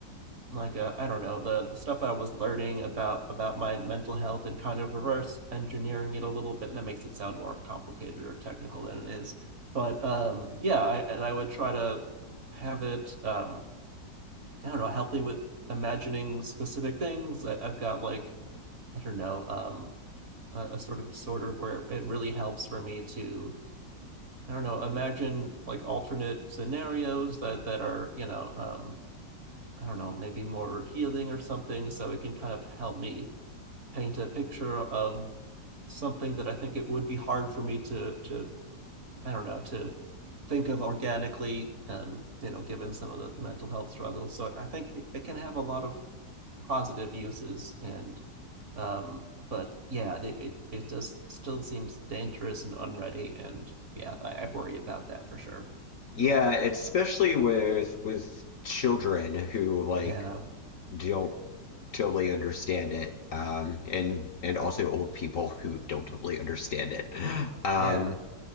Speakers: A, on the right; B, on the left.
A: like a I don't know, the, the stuff I was learning about about my mental health and kind of reverse engineering it a little bit. And that makes it sound more complicated or technical than it is. But um yeah, I and I would try to have it um I don't know, help me with imagining specific things. I, I've got like, I don't know, um a, a sort of disorder where it really helps for me to I don't know, imagine like alternate scenarios that that are, you know, um, I don't know, maybe more healing or something, so it can kind of help me paint a picture of something that I think it would be hard for me to to I don't know, to think of organically, um, you know, given some of the, the mental health struggles. So I think it, it can have a lot of positive uses and um, but yeah, it, it it does still seems dangerous and unready, and yeah, I, I worry about that for sure.
B: yeah, especially with with children who like
A: Yeah,
B: don't totally understand it, um, and and also old people who don't totally understand it. Um,
A: yeah,